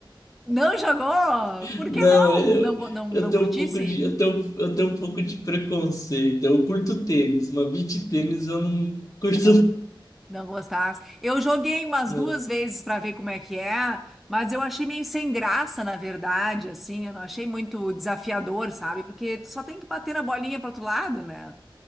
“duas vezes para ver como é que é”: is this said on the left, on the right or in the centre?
Centre